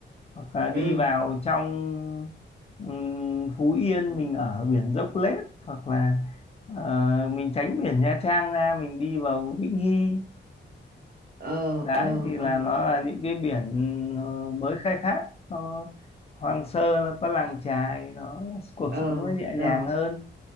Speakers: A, on the left; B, on the right.
A: hoặc là đi
B: ừ
A: vào trong ừm, Phú Yên mình ở biển Dốc Lết hoặc là ờ, mình tránh biển Nha Trang ra mình đi vào Vĩnh Hy
B: ờ
A: đấy
B: ờ
A: thì là
B: ờ
A: nó là những cái biển ờ, mới khai thác nó hoang sơ nó có làng chài nó cuộc
B: ờ
A: sống nó nhẹ
B: rồi
A: nhàng hơn